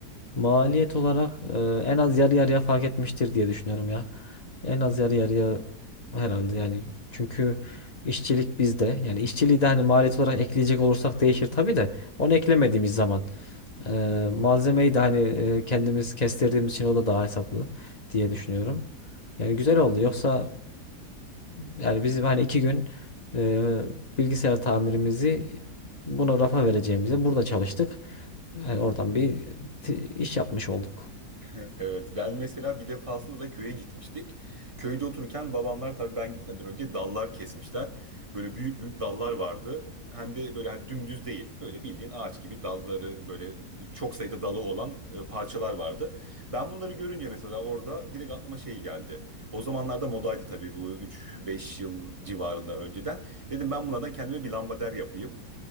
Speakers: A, on the left (about 35°); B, on the right (about 25°).
A: Maliyet olarak e, en az yarı yarıya fark etmiştir diye düşünüyorum ya. En az yarı yarıya herhalde yani. Çünkü işçilik bizde. Yani işçiliği de hani maliyet olarak ekleyecek olursak değişir tabii de. Onu eklemediğimiz
B: Evet.
A: zaman e, malzemeyi de hani e, kendimiz kestirdiğimiz için o da daha hesaplı diye düşünüyorum. Yani güzel oldu. Yoksa yani bizim hani iki gün e, bilgisayar tamirimizi buna rafa vereceğimize burada çalıştık. Yani
B: Hı
A: oradan
B: hı.
A: bir t- iş yapmış olduk.
B: <laughs> Evet ben mesela bir defasında da köye gitmiştik. Köyde otururken babamlar tabii ben gitmeden önce dallar kesmişler. Böyle büyük büyük dallar vardı. Hem de böyle hani dümdüz değil. Böyle bildiğin ağaç gibi dalları böyle çok sayıda dalı olan e, parçalar vardı. Ben bunları görünce mesela orada direkt aklıma şey geldi. O zamanlarda modaydı tabii bu üç beş yıl civarında önceden. Dedim ben bunlardan kendime bir lambader yapayım.